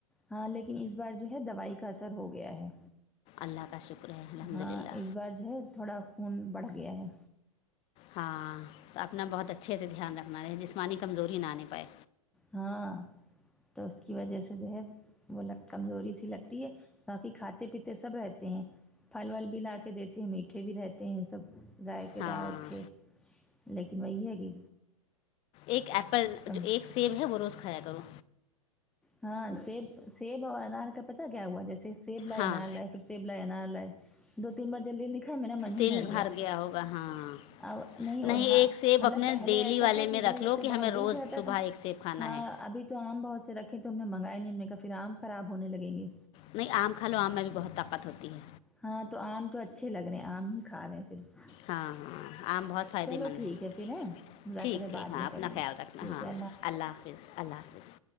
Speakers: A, in the centre; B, on the left (about 30°).
A: ہاں لیکن اس بار جو ہے دوائی کا اثر ہو گیا ہے
B: اللہ کا شکر ہے الحمد
A: ہاں
B: للہ
A: اس بار جو ہے تھوڑا خون بڑھ گیا ہے
B: ہاں تو اپنا بہت اچھے سے دھیان رکھنا جسمانی کمزوری نہ آنے پائے
A: ہاں تو اس کی وجہ سے جو ہے وہ لگ کمزوری سی لگتی ہے باقی کھاتے پیتے سب رہتے ہیں پھل ول بھی لا کے دیتے ہیں میٹھے بھی رہتے ہیں سب ذائقے
B: ہاں
A: دار اچھے لیکن وہی ہے کہ
B: ایک ایپل
A: کم
B: جو ایک سیب ہے وہ روز کھایا کرو
A: ہاں سیب سیب اور انار کا پتا کیا ہوا جیسے سیب لائے
B: ہاں
A: انار لائے سیب لائے انار لائے دو تین بار جلدی جلدی کھائے میرا من ہی
B: دل
A: بھر گیا
B: ہوگا ہاں
A: ا نہیں اور
B: ایک
A: ہاں
B: سیب
A: مطلب
B: اپنے
A: پہلے
B: ڈیلی
A: ایسا
B: والے
A: تھا کہ
B: میں
A: جو
B: رکھ
A: ہے جیسے
B: لو کہ ہمیں
A: بہت
B: روز
A: دل چاہتا
B: صبح
A: تھا
B: ایک سیب کھانا
A: ہاں
B: ہے
A: ابھی تو آم بہت سے رکھے تو ہم نے منگائے نہیں ہم نے کہا پھر آم خراب ہونے لگیں گے
B: نہیں آم کھا لو آم میں بھی بہت طاقت ہوتی ہے
A: ہاں تو آم تو اچھے لگ رہے ہیں آم ہی کھا رہے ہیں صرف
B: ہاں ہاں آم بہت فائدے
A: چلو
B: مند
A: ٹھیک
B: ہے
A: پھر ہیں مذاکرے
B: ٹھیک ٹھیک
A: بعد
B: ہاں
A: میں
B: اپنا
A: کریں
B: خیال
A: گے
B: رکھنا
A: ٹھیک
B: ہاں
A: ہے
B: اللہ حافظ اللہ حا فظ